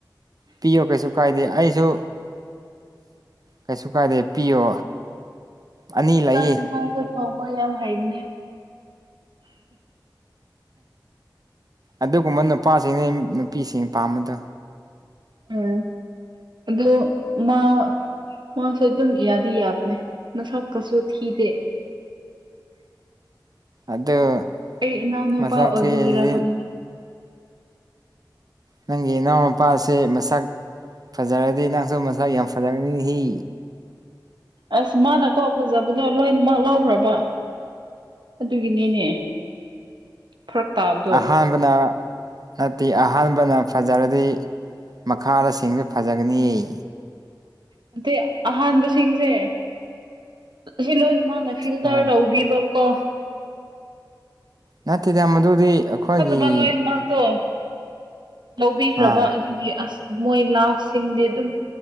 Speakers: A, on the right; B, on the right.
A: ꯄꯤꯌꯣ ꯀꯩꯁꯨ ꯀꯥꯏꯗꯦ ꯑꯩꯁꯨ ꯀꯩꯁꯨ ꯀꯥꯏꯗꯦ ꯄꯤꯌꯣ ꯑꯅꯤ ꯂꯩꯌꯦ
B: ꯆꯥꯛ ꯌꯦꯟꯁꯥꯡꯁꯨ ꯊ‌ꯣꯡꯕ ꯌꯥꯝ ꯍꯩꯕꯅꯦ
A: ꯑꯗꯨꯒꯨꯝꯕ ꯅꯨꯄꯥꯁꯤꯡꯅ‌ꯦ ꯅꯨꯄꯤꯁꯤꯡ ꯄꯥꯝꯕꯗꯣ
B: ꯎꯝ ꯑꯗ‌ꯣ ꯃꯥ ꯃꯥꯁ‌ꯦ ꯑꯗꯨꯝ ꯏꯌꯥꯗꯤ ꯌꯥꯕꯅꯦ ꯃꯁꯛ ꯀꯁꯨ ꯊꯤꯗꯦ
A: ꯑꯗ‌‌ꯣ
B: ꯑꯩ ꯏꯅꯥꯎꯅꯨꯄꯥ
A: ꯃꯁꯥꯛ
B: ꯑꯣꯏꯕꯒꯤꯔ
A: ꯊꯤꯖꯤꯗꯤ
B: ꯈꯪꯗꯦ
A: ꯅꯪꯒꯤ ꯏꯅꯥꯎ ꯅꯨꯄꯥꯁꯦ ꯃꯁꯥꯛ ꯐꯖꯔꯗꯤ ꯅꯪꯁꯨ ꯃꯁꯥꯛ ꯌꯥꯝ ꯐꯖꯒꯅꯤ ꯍꯤ
B: ꯑꯁ ꯃꯥꯅꯀꯣ ꯐꯖꯕꯗꯣ ꯂꯣꯏꯅꯃꯛ ꯂꯧꯈ꯭ꯔꯕ ꯑꯗꯨꯒꯤꯅꯤꯅꯦ ꯐꯔꯛ ꯇꯥꯕ
A: ꯑꯍꯥꯟꯕꯅ ꯅꯠꯇꯦ ꯑꯍꯥꯟꯕꯅ ꯐꯖꯔꯗꯤ ꯃꯈꯥꯗ ꯁꯤꯡꯁꯨ ꯐꯖꯒꯅꯤ ꯌ‌ꯦ
B: ꯅꯇ‌ꯦ ꯑꯍꯥꯟꯕꯁꯤꯡꯁꯦ ꯁꯤ ꯂꯣꯏꯅ ꯃꯥꯅ ꯐꯤꯜꯇꯔ
A: ꯍꯣꯏ
B: ꯇꯧꯕꯤꯕ ꯀꯣ
A: ꯅꯠꯇ‌ꯦꯗ ꯃꯗꯨꯗꯤ ꯑꯩꯈꯣꯏꯒꯤ
B: ꯐꯠꯇꯕ ꯂꯣꯏꯅ ꯃꯛꯇꯣ ꯂꯧꯕꯤꯈ꯭ꯔꯕ
A: ꯑꯥ
B: ꯑꯗꯨꯒꯤ ꯑꯁ ꯃꯣꯏ ꯂꯥꯁꯁꯤꯡꯗꯤ ꯑꯗꯨꯝ